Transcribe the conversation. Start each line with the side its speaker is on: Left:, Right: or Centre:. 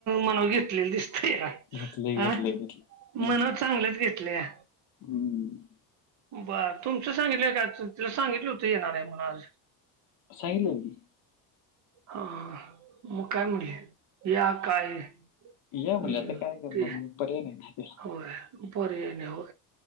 Right: मनाव घेतलेलं दिसतंया.
Left: घेतलंय घेतलंय
Right: आ?
Left: घेतलंय
Right: मनाव
Left: घेतलंय
Right: चांगलंच घेतलंया.
Left: हम्म.
Right: बर तुमच सांगितलं का तु त सांगितल त येणार आहे म्हण आज.
Left: सांगितलं की
Right: आ मग काय म्हंटली? या काय हम्
Left: या म्हणलं आता काय करणार
Right: ते
Left: मग पर्याय नाही ना त्याला
Right: होय. उपरने हो.